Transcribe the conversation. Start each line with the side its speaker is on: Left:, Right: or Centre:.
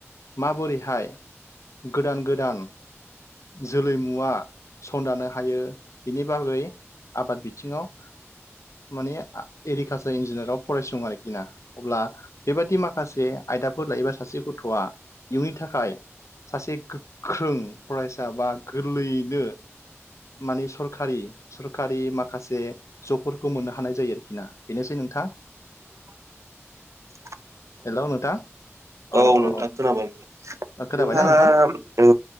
Left: माबोरैहाय गोदान गोदान जोलै मुवा संदाननो हायो बिनि बागै आबाद बिथिङाव <unintelligible> माने एग्रिकालसार इन्जिनियाराव फरायसं आरोखि अब्ला बेबादि माखासे आयदाफोर लायोबा सासे गथ'आ इयुननि थाखाय सासे गोख्रों फरायसा बा गोरलैयैनो माने सरखारि सरखारि माखासे जबफोरखौ मोननो हानाय जायो आरोखि ना बेनोसै नोंथां
Right: <inaudible>
Left: हेलौ नोंथां
Right: औ
Left: अ अ
Right: नोंथां खोनाबाय
Left: अ खोनाबायना
Right: नोंथाङा
Left: नोंथां
Right: औ